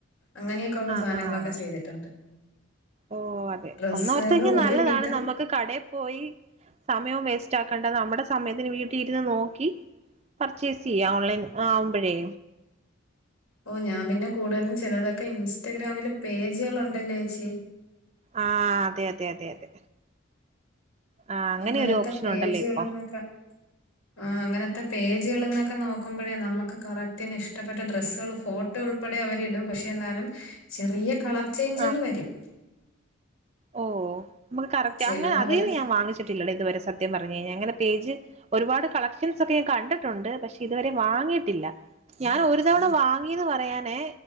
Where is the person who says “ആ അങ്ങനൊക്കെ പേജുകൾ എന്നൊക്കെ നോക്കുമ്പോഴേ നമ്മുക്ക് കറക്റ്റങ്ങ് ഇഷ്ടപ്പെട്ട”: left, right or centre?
Left